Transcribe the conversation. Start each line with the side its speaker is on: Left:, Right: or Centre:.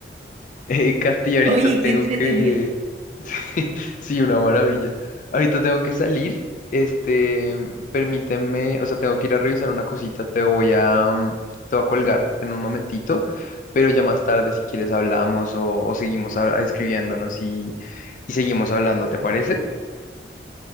Left: Eh, Katy, ahorita
Right: Oye,
Left: tengo
Right: qué entretenido.
Left: que... <laughs> Sí, sí, una maravilla. Ahorita tengo que salir. Este, permíteme, o sea, tengo que ir a revisar una cosita, te voy a, mm, te voy a colgar en un momentito, pero ya más tarde, si quieres, hablamos o, o seguimos a- escribiéndonos y, y seguimos hablando, ¿te parece?